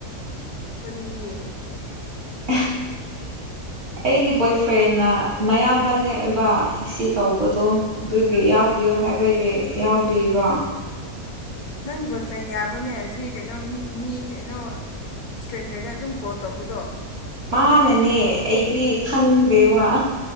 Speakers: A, on the left; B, on the right.
A: ꯀꯔꯤꯒꯤ
B: <inaudible> ꯑꯩꯒꯤ ꯕꯣꯏ ꯐ꯭ꯔꯦꯟꯅ ꯃꯌꯥꯝꯕꯅꯦꯛ ꯑꯣꯏꯕ ꯁꯤ ꯇꯧꯕꯗꯣ ꯑꯗꯨꯒꯤ ꯌꯥꯎꯕꯤꯌꯣ
A: ꯍꯣꯏ
B: ꯍꯥꯏꯕꯒꯤ ꯌꯥꯎꯕꯤꯕꯣ
A: ꯅꯪ ꯕꯣꯏꯐ꯭ꯔꯦꯟ ꯌꯥꯕꯅꯦ ꯍꯧ ꯑꯁꯤ ꯀꯩꯅꯣ ꯃꯤ ꯃꯤ ꯀꯩꯅꯣ ꯏꯁꯇ꯭ꯔꯦꯟꯖꯔꯗ ꯑꯗꯨꯝ ꯀꯣꯜ ꯇꯧꯕꯗꯣ
B: ꯃꯥꯅꯅꯦ ꯑꯩꯗꯤ ꯈꯪꯗꯦꯕ